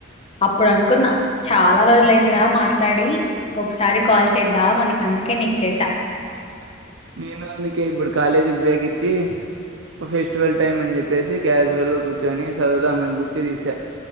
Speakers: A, on the left; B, on the right.
A: అప్పుడు అనుకున్నా చాలా రోజులయింది కదా మాట్లాడి ఒకసారి కాల్ చేద్దాం అని అందుకే నీకు చేసా
B: నేను అందుక ఇడు కాలేజికి బ్రేక్ ఇ ప్రఫ ఫెస్టివల్ టైమ్ అని చెప్పేసి క్యాజువల్గా కూర్చొని చదదా ఆమెను బుక్కి తీశా